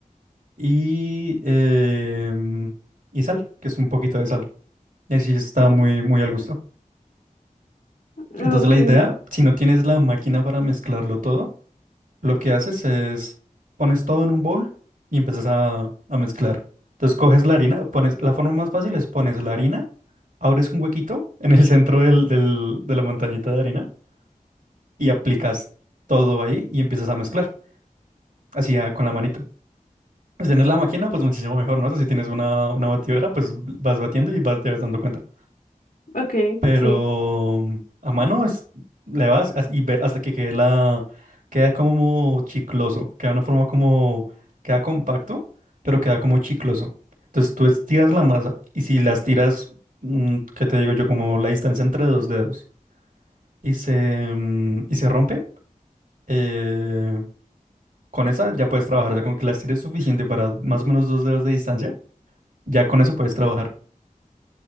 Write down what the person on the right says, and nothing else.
Y, em, y sal, que es un poquito de sal. Y así está muy, muy al gusto.
Entonces, la idea, si no tienes la máquina para mezclarlo todo, Lo que haces es pones todo en un bowl y empiezas a, a mezclar. Entonces coges la harina, pones, la forma más fácil es pones la harina, abres un huequito <laughs> en el centro del, del- de la montañita de harina y aplicas todo ahí y empiezas a mezclar, así ah, con la manito. Si tienes la máquina, pues muchísimo mejor, ¿no? O sea, si tienes una, una batidora, pues vas batiendo y vas, te vas dando cuenta.
Pero
mm, a mano es, le vas as- y ve hasta que quede la, queda como chicloso, queda una forma como, queda compacto, pero queda como chicloso. Entonces tú estiras la masa y si las tiras, mm, ¿qué te digo yo? Como la distancia entre dos dedos y se, mm, y se rompe, eh, con esa ya puedes trabajar, o sea, con que las tires suficiente para más o menos dos dedos de distancia, ya con eso puedes trabajar.